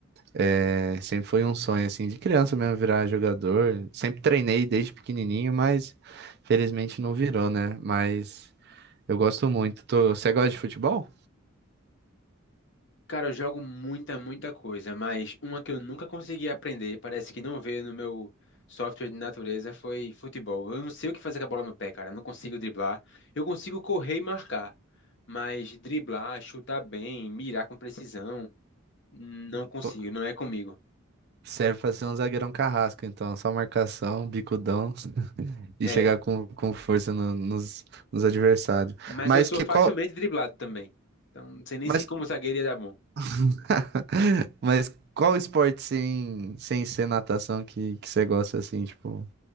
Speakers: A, on the right; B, on the left.
A: É, sempre foi um sonho, assim, de criança mesmo virar jogador. Sempre treinei desde pequenininho, mas felizmente não virou, né? Mas eu gosto muito. Tô... Você gosta de futebol?
B: Cara, eu jogo muita, muita coisa, mas uma que eu nunca consegui aprender, parece que não veio no meu software de natureza, foi futebol. Eu não sei o que fazer com a bola no pé, cara. Eu não consigo driblar. Eu consigo correr e marcar, mas driblar, chutar bem, mirar com precisão, não consigo,
A: Pô,
B: não é comigo.
A: serve pra ser um zagueirão carrasco, então. Só marcação, bicudão <laughs> e
B: É,
A: chegar com, com força no- nos, nos adversários.
B: mas
A: Mas
B: eu sou
A: que
B: facilmente
A: qual...
B: driblado também. Então, não sei nem
A: Mas,
B: se como zagueiro ia dar bom.
A: <laughs> mas qual esporte sem, sem ser natação que, que você gosta, assim, tipo,